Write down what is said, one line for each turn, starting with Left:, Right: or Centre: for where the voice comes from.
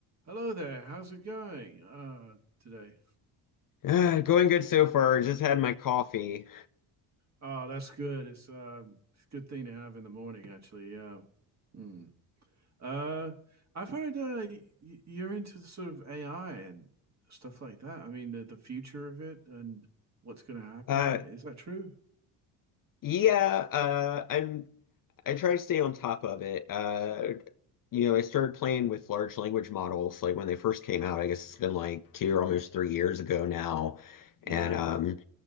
Right: Hello there. How's it going uh, today?
Left: Uh, going good so far. Just had my coffee.
Right: Oh, that's good. It's, um, it's a good thing to have in the morning, actually. Yeah. Hmm. Uh, I've heard uh, y- you're into the sort of AI and stuff like that. I mean, the, the future of it and what's going to happen.
Left: Uh,
Right: Is that true?
Left: yeah, uh, I'm I try to stay on top of it. Uh, you know, I started playing with large language models like when they first came out. I guess it's been like two or almost three years ago now. And
Right: Yeah.
Left: um,